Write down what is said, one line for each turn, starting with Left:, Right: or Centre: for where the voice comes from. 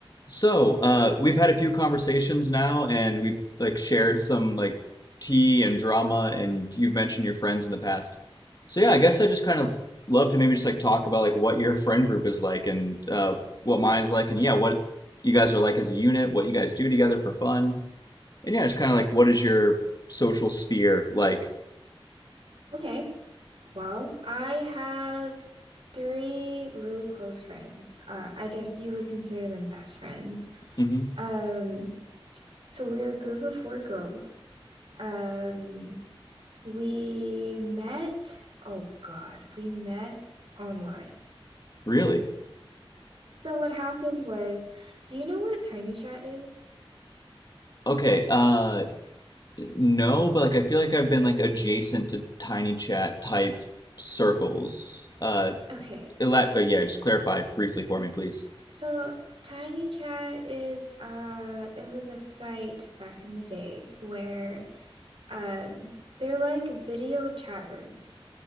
Left: So, uh, we've had a few conversations now, and we've like shared some like tea and drama, and you've mentioned your friends in the past. So yeah, I guess I just kind of love to maybe just like talk about like what your friend group is like and uh, what mine's like, and yeah, what you guys are like as a unit, what you guys do together for fun, and yeah, just kind of like what is your social sphere like?
Right: Okay. Well, I have three really close friends. Uh, I guess you would consider them best friends.
Left: hmm
Right: Um, so we're a group of four girls. Um, we met, oh God, we met online.
Left: Really?
Right: So what happened was, do you know what Tiny Chat is?
Left: Okay. Uh, no, but like I feel like I've been like adjacent to tiny chat type circles. Uh,
Right: Okay.
Left: elab- uh, yeah, just clarify briefly for me, please.
Right: So Tiny Chat is uh it was a site back in the day where Um, they're like video chat rooms.